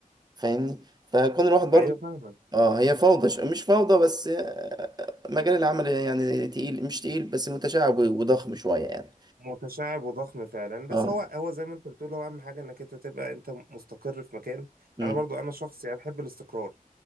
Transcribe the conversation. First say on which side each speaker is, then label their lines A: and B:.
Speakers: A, on the right; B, on the right.
A: فاهمني فكون الواحد برضو
B: ايوه فاهمك
A: اه هي فوضى ش- مش فوضى بس آه، آه، مجال العمل يعني تقيل مش تقيل بس متشعب وضخم شوية يعني
B: متشعب وضخم فعلا بس
A: اه
B: هو هو زي ما انت بتقول هو اهم حاجه انك انت تبقى انت مستقر في مكان
A: مم.
B: انا برضو انا شخص يعني بحب الاستقرار